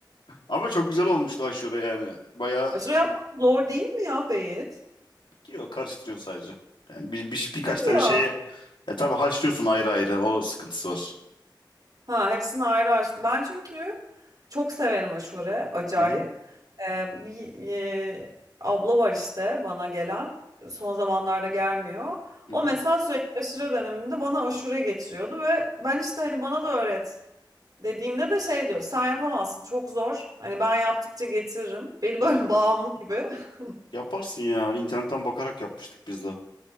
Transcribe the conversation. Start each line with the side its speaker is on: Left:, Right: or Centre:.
Left: Ama çok güzel olmuştu aşure yani. Bayağı
Right: Aşure yapmak zor değil mi ya Beyit?
Left: Yok karıştırıyorsun sadece. Yani bir, bir, birkaç
Right: Hadi
Left: tane
Right: ya.
Left: şeye e tabii haşlıyorsun ayrı ayrı o sıkıntısı var.
Right: Ha, hepsini ayrı aç. Ben çünkü çok severim aşure. Acayip.
Left: Hı hı.
Right: Ee, bir e, abla var işte bana gelen. Son zamanlarda gelmiyor.
Left: Hı
Right: O
Left: hı.
Right: mesela sürekli aşure döneminde bana aşure getiriyordu ve ben işte hani bana da öğret. Dediğimde de şey diyor, sen yapamazsın çok zor. Hani ben yaptıkça getiririm. Beni
Left: Ya-
Right: böyle <laughs> bağımlı gibi. <laughs>
Left: yaparsın ya. İnternetten bakarak yapmıştık biz de.